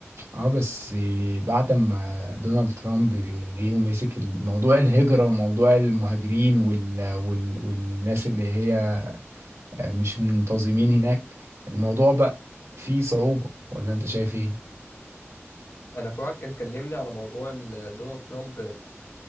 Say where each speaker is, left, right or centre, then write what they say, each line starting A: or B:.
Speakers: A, on the right (about 85°); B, on the left (about 80°).
A: اه بس بعد ما دونالد ترامب جه ومسك موضوع الهجرة وموضوع المهاجرين وال... وال... والناس اللي هي مش منتظمين هناك الموضوع بقى فيه صعوبة ولا انت شايف ايه؟
B: انا فؤاد كان كلمني على موضوع ال- دونالد ترامب